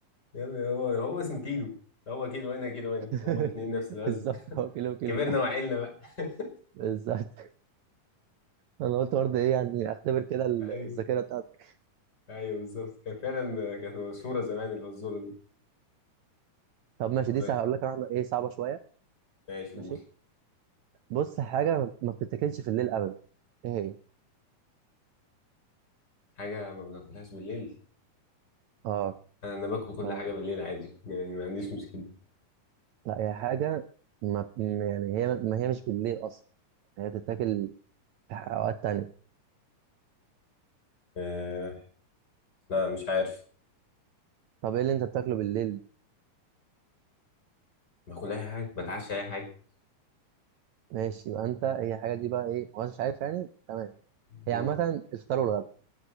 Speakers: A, on the left; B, on the right.
A: يا عم هو هو اسمه كيلو هو كيلو هنا كيلو هنا
B: <laughs>
A: هما الاثنين نفس الوزن
B: بالظبط هو
A: <laughs>
B: كيلو كيلو
A: كبرنا وعقلنا بقى <laughs>
B: بالظبط انا قلت برضه ايه يعني اختبر كده ال-
A: ايوه
B: الذاكره بتاعتك
A: ايوه بالظبط كان فعلا كانت مشهوره زمان اللي هو الذره دي
B: طب ماشي دي
A: طيب
B: سهله هقول لك واحده ايه صعبه شويه
A: ماشي
B: ماشي
A: قول
B: بص حاجه ما ما بتتاكلش في الليل ابدا ايه هي
A: حاجه ما بناكلهاش بالليل
B: اه
A: انا باكل كل
B: اه
A: حاجه بالليل عادي يعني ما عنديش مشكله
B: لا هي حاجه ما م- يعني هي ما هي مش بالليل اصلا هي بتتاكل في اوقات تانية
A: آه لا مش عارف
B: طب ايه اللي انت بتاكله بالليل
A: باكل اي حاجه بتعشى اي حاجه
B: ماشي يبقى انت هي الحاجه دي بقى ايه هو أنت مش عارف يعني تمام
A: امم
B: هي عامه الفطار والغدا